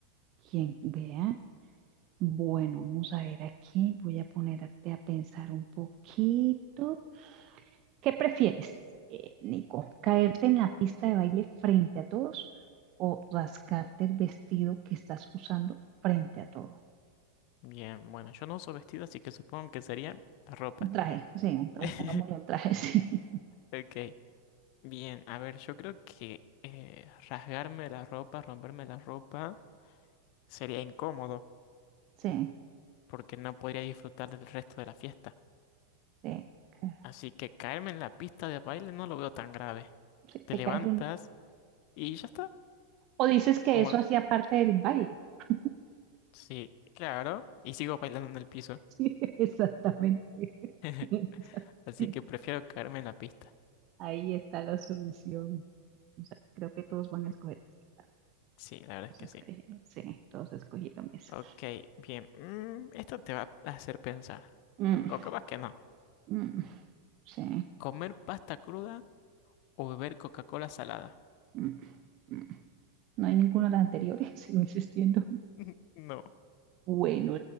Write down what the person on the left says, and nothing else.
Bien, bueno, yo no uso vestido, así que supongo que sería la ropa.
<laughs>
Ok. Bien, a ver, yo creo que eh, rasgarme la ropa, romperme la ropa, sería incómodo,
porque no podría disfrutar del resto de la fiesta.
Así que caerme en la pista de baile no lo veo tan grave.
Te
levantas
y ya está.
Como,
sí, claro, y sigo bailando en el piso.
<laughs>
Así que prefiero caerme en la pista.
Sí, la verdad
es que
sí.
Ok, bien. mm, esto te va a hacer pensar.
O capaz que no.
¿Comer pasta cruda o beber Coca-Cola salada?
<laughs> No.